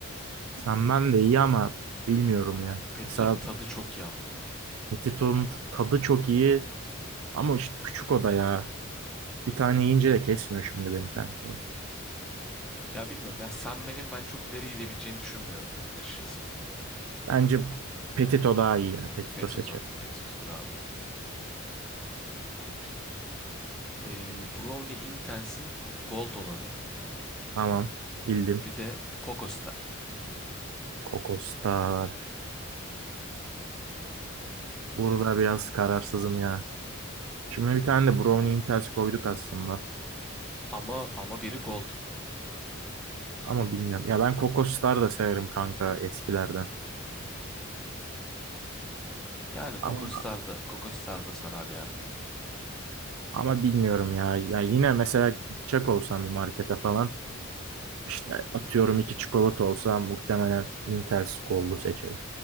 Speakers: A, on the right; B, in the centre.
A: sen ben de iyi ama bilmiyorum ya.
B: Petito'nun
A: Mesela
B: tadı çok iyi ama.
A: Petito'nun t- tadı çok iyi ama işte küçük o da ya. Bir tane yiyince de kesmiyor şimdi benim kanka.
B: Ya bilmiyorum ya Senben'in ben çok ileri gidebileceğini düşünmüyorum açıkçası.
A: Bence Petito daha iyi ya. Petito
B: Petuto.
A: seçelim.
B: Petuto'dur abi ya. Ee, Brownie Intense'in Gold olanı.
A: Tamam. Bildim.
B: Bir de Coco Star.
A: Kokostar. Burada biraz kararsızım ya. Şimdi bir tane de Brownie Intels koyduk aslında.
B: Ama ama biri Gold.
A: Ama bilmiyorum. Ya ben Kokostar da severim kanka eskilerden.
B: Yani Coco
A: Ama
B: Star da, Coco Star da sarar ya.
A: ama bilmiyorum ya. Ya yine mesela gidecek olsam bir markete falan işte atıyorum iki çikolata olsa muhtemelen Intels Gold'u seçerim.